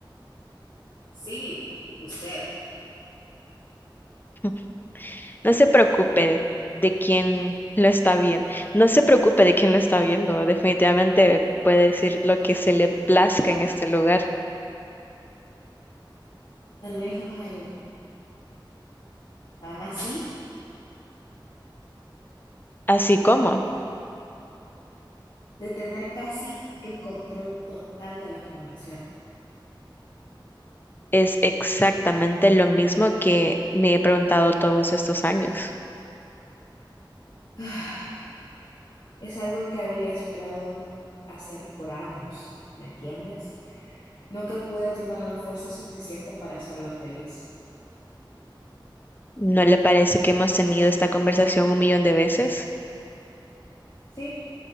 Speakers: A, on the left; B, on the left.
A: Sí, usted.
B: <laughs> No se preocupe de quién lo está viendo. No se preocupe de quién lo está viendo. Definitivamente puede decir lo que se le plazca en este lugar.
A: Tan lejos ha llegado, tan así,
B: Así como
A: de tener casi el control total de la fundación.
B: es exactamente lo mismo que me he preguntado todos estos años.
A: Ah, Es algo que había esperado hacer por años, ¿me entiendes? Nunca pude tener la fuerza suficiente para hacerla feliz.
B: ¿No le parece que hemos tenido esta conversación un millón de veces?
A: Sí,